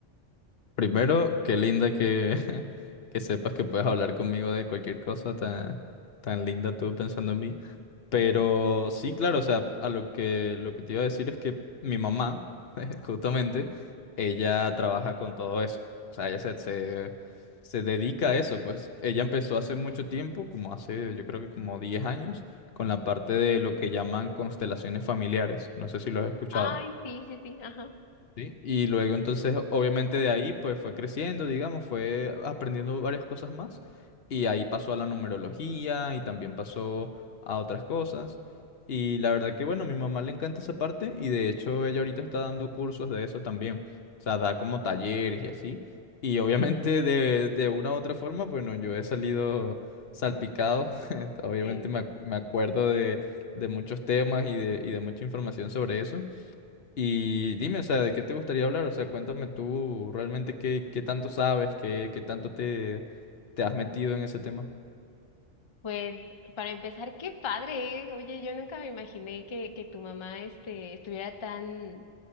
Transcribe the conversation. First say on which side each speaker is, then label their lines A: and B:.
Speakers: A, on the left; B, on the left.
A: Primero, qué linda que, <laughs> que sepas que puedes hablar conmigo de cualquier cosa tan, tan linda tú pensando en mí. Pero sí, claro, o sea, a lo que, lo que te iba a decir es que mi mamá, <laughs> justamente, ella trabaja con todo eso. O sea, ella se, se, se dedica a eso, pues. Ella empezó hace mucho tiempo, como hace, yo creo que como 10 años, con la parte de lo que llaman constelaciones familiares. No sé si lo has escuchado.
B: Ay, sí, sí, sí, ajá.
A: Sí, y luego entonces obviamente de ahí pues fue creciendo, digamos, fue aprendiendo varias cosas más y ahí pasó a la numerología y también pasó a otras cosas y la verdad que bueno, a mi mamá le encanta esa parte y de hecho ella ahorita está dando cursos de eso también, o sea, da como talleres y así y obviamente de, de una u otra forma, bueno, yo he salido salpicado, <laughs> obviamente
B: Sí.
A: me, acu- me acuerdo de, de muchos temas y de, y de mucha información sobre eso. Y dime, o sea, ¿de qué te gustaría hablar? O sea, cuéntame tú realmente qué, qué tanto sabes, qué, qué tanto te, te has metido en ese tema.
B: Pues para empezar, qué padre, ¿eh? Oye, yo nunca me imaginé que, que tu mamá este, estuviera tan,